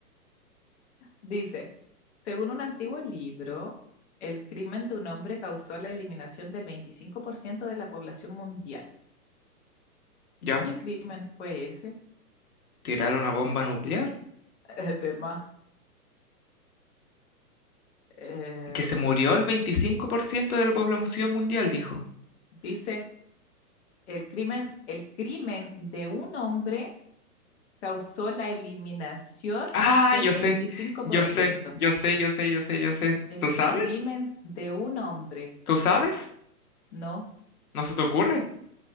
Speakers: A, on the left; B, on the left.
A: Dice, según un antiguo libro, el crimen de un hombre causó la eliminación del 25% de la población mundial.
B: ¿Ya?
A: ¿Qué crimen fue ese?
B: ¿Tirar una bomba nuclear?
A: <laughs> Además, el-
B: Que se murió el 25% de la población mundial, dijo.
A: dice, el crimen, el crimen de un hombre causó la eliminación
B: Ah,
A: del
B: yo
A: veinticinco
B: sé. Yo
A: por ciento.
B: sé, yo sé, yo sé, yo sé, yo sé.
A: El
B: ¿Tú sabes?
A: crimen de un hombre.
B: ¿Tú sabes?
A: No
B: ¿No se te ocurre?